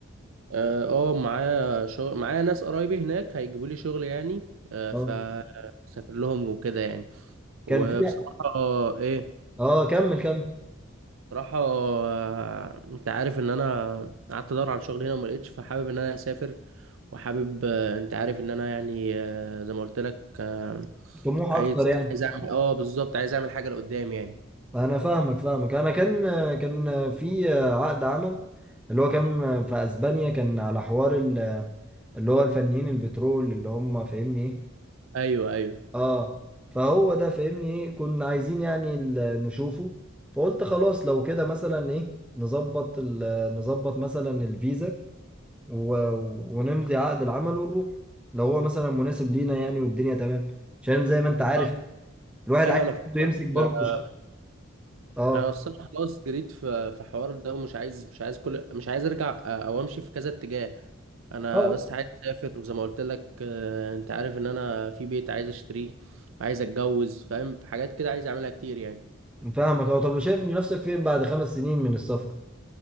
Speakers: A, on the right; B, in the centre.
A: اه آه، معايا شغل معايا ناس قرايبي هناك هيجيبوا لي شغل يعني آه،
B: اه
A: فسافر لهم وكده يعني
B: كان
A: وبصراحة
B: في
A: آه، ايه
B: اه كمل كمل
A: صراحة آه، انت عارف ان انا قعدت ادور على شغل هنا وما لقيتش فحابب ان انا اسافر وحابب آه، انت عارف ان انا يعني آه، زي ما قلت لك آه،
B: طموح
A: عايز
B: اكتر يعني
A: عايز اعمل
B: آه.
A: اه بالظبط عايز اعمل حاجة لقدام يعني
B: انا فاهمك فاهمك انا كان كان في عقد عمل اللي هو كان في اسبانيا كان على حوار ال- اللي هو الفنيين البترول اللي هم فاهمني ايه؟
A: ايوه ايوه
B: اه فهو ده فاهمني ايه كنا عايزين يعني ال- نشوفه فقلت خلاص لو كده مثلا ايه نظبط ال- نظبط مثلا الفيزا و... ونمضي عقد العمل ونروح لو هو مثلا مناسب لينا يعني والدنيا تمام عشان زي ما انت عارف
A: آه،
B: إيه، الواحد
A: ايوه
B: عايز
A: انا فاهمك
B: برضه يمسك برضه
A: آه،
B: ش- اه
A: انا اصلا خلاص جريت في في حوار ده ومش عايز مش عايز كل مش عايز ارجع آه، او امشي في كذا اتجاه انا
B: اه
A: بس عايز اسافر وزي ما قلت لك آه، انت عارف ان انا في بيت عايز اشتريه عايز اتجوز فاهم في حاجات كده عايز اعملها كتير يعني
B: فاهمك اه طب شايف نفسك فين بعد خمس سنين من السفر